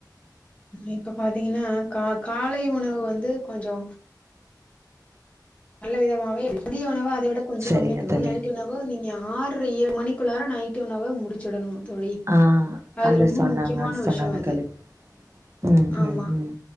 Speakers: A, on the left (about 15°); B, on the right (about 40°).
A: இப்ப பாத்தீங்கன்னா கா காலை உணவு வந்து கொஞ்சோ நல்ல விதமாவே மதிய உணவு அத விட கொஞ்சோ
B: சரிங்க
A: கம்மி எடுத்துக்குன்
B: தோழி
A: நைட் உணவு நீங் க ஆர்ற ஏழு மணிக்குள்ளாற நைட்டு உணவ முடிச்சுடணு தோழி
B: ஆ
A: அது ரொம்ப
B: சொன்னாங்க
A: முக்கியமான
B: அது சொன்னாங்க
A: விஷயோ அது
B: தோழி ம்
A: ஆமா
B: ம் ம்